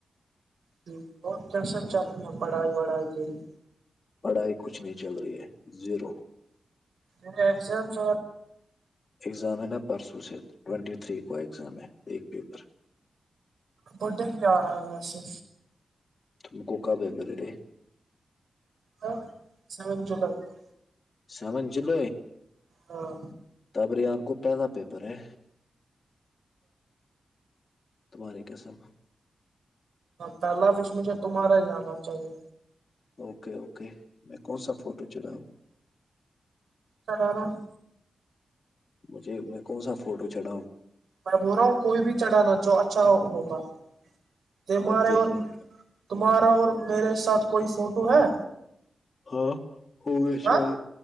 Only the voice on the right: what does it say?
ج اور کیسا چل رہی ہے پڑھائی وڑھائی کے لیے
ج ایگسامس
بٹے کی کیا آ رہا ہے وسے
ہاں سام جلہلہ <unintelligible>
ہاں
پہلا وش مجھے تمہارا ہی ج آانا چاہیے
سرانا <unintelligible>
میں ب رہا ہوں کوئی بھی چڑھانا جو اچھا ہوگا ج مارے
اور
تمہارا اور میرے ساتھ کوئی فوٹو ہے
ہاں